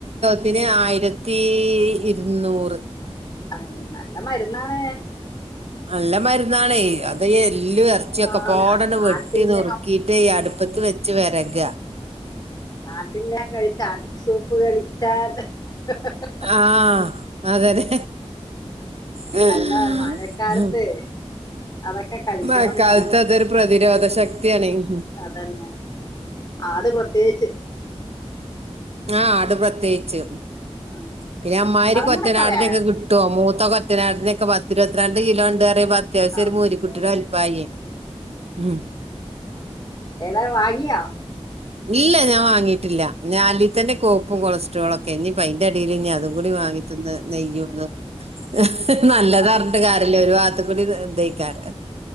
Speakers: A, on the right (about 65°); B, on the left (about 30°).
A: പിനെ ആയിരത്തീ ഇര്ന്നൂറ്
B: അ നല്ല മര്ന്നാണ്
A: നല്ല മരുന്നാണേയ് അതയെ എല്ലു എർച്യോക്കപാടണ്
B: ആ
A: വെട്ടി
B: ആട്ടിൻലേഹം
A: നുർക്കീട്ടേയ് അട്പ്പത്ത് വെച്ച് വെരക
B: ആട്ടിൻലേം കഴിച്ചാട്ടിൻ സൂപ്പ് കഴിച്ചാൽ ഹ ഹ് ഹ ഹം
A: ആഹ് അതന്നെ ഹ ഹ ഹ ഹ ഹ ഹ
B: അല്ല മഴക്കാലത്ത്
A: ഹ് ഹം
B: അതൊക്കെ കഴിക്കണം
A: മയക്കാൽത്തതൊരു
B: എന്നാണ്
A: പ്രതിരോധ ശക്തിയണേയ്
B: അതന്നെ ആട് പ്രത്യേച്ച്
A: ആഹ് ആട് പ്രത്യേച്ച്
B: ഉം
A: പിന്നെ അമ്മായിരി
B: അതങ്ങനൊക്കെ
A: കൊറ്റനാടിനൊക്കെ
B: വേ
A: കിട്ട്വോ മൂത്തകൊറ്റനാടിനൊക്കെ പത്തിരത്രണ്ട് കിലോണ്ട് പത്യാവസ്യൊരു
B: അമ്മോ
A: മൂരിക്കുട്ടിടെ വാൽപ്പായെയ് ഹും
B: ഏതാലും വാങ്യോ
A: ഇല്ല ഞാവാങ്ങിട്ടില്ല ഞാ അല്ലെതന്നെ കോയ്പ്പും കൊളസ്ട്രോളൊക്കെ ഞ്ഞിപ്പയ്ന്റെടീല് പ്പം അതും കൂടി വാങ്ങിതിന്ന് നെയ്യൂതും ങ് ഹ നല്ലതർഞ്ട്ട്
B: ആ
A: കാരല്ല ഒരു വാത്ത്ക്കുടി ഇതേയ്ക്കാരം